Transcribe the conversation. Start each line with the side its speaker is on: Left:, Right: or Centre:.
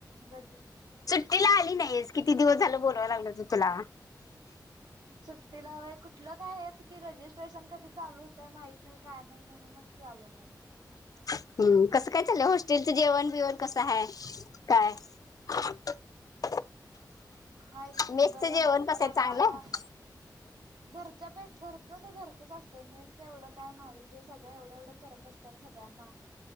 Right: रजिस्ट्रेशन
Left: सुट्टीला आली नाही किती दिवस झाल बोलाय लागल त तुला
Right: सुट्टीला व कुठलं काय आहे की रजिस्ट्रेशन कधी चालू होतय माहत नाही काय नाही म्हणूनच के आलो नाही
Left: हम्म कसं काय चाललंय हॉस्टेलच जेवण बिवण कसं आहे काय <inaudible>
Right: हा की
Left: मेसचं
Right: बरं
Left: जेवण
Right: हाय चांगलं
Left: कसं आहे
Right: आता
Left: आहे
Right: घरचं ते घरचंच असते मेसच एवढं काय नाही ते सगळं एवढं एवढं करत असतात सगळ्यांना